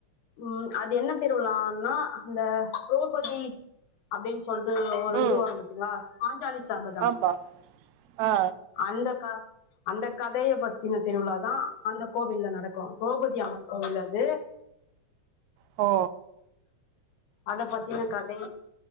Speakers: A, on the left; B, on the right.
A: உம் அது என்ன திருவிழான்னா அந்த திரோபதி அப்டின் சொ சொல்ட்டு ஒரு
B: ம்
A: இது வரு பாத்தீங்ளா பாஞ்சாலிஸ் சபதம்
B: ஆமா ஆ
A: அந்தக் கா அந்த கதய பாத்தினா திருவிழா தா அந்த கோவில்ல நடக்கு திரோபதி அம்மன் கோவில் அது
B: ஓ
A: அத பாத்தீனா கதை